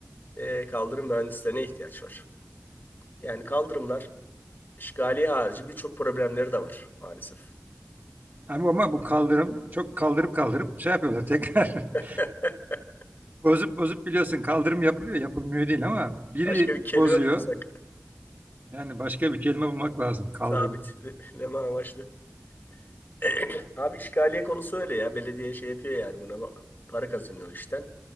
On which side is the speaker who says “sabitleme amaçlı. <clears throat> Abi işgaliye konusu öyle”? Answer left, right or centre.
Left